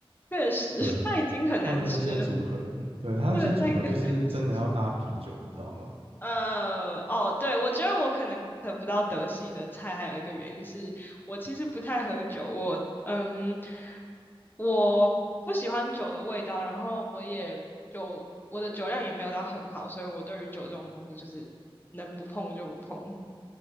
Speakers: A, on the left; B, on the right.
A: 确实，
B: <laughs> 对，
A: <laughs> 它已经很难吃了，
B: 它的那些组合，对，它那些组合就是真的要搭啤酒，
A: 不能再更难吃。
B: 你知道吗？
A: 呃，哦，对，我觉得我可能得不到德系的菜，还有一个原因是我其实不太喝酒，我嗯，我不喜欢酒的味道，然后我也酒，我的酒量也没有到很好，所以我对于酒这种东西就是能不碰就不碰，